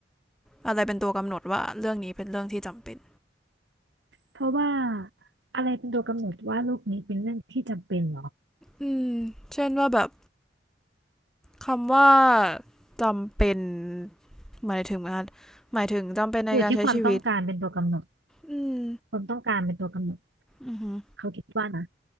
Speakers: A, in the centre; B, on the right.
A: อะไรเป็นตัวกำหนดว่าเรื่องนี้เป็นเรื่องที่จำเป็น
B: เพราะว่าอะไรเป็นตัวกำหนดว่าโลกนี้เป็นเรื่องที่จำเป็นเหรอ
A: อืมเช่นว่าแบบคำว่าจำเป็นหมายถึงนะหมายถึงจำเป็นในการใช้ชีวิต
B: อยู่ที่ความต้องการเป็นตัวกำหนด
A: อืม
B: ความต้องการเป็นตัวกำหนด
A: อือหือ
B: เขาคิดว่านะ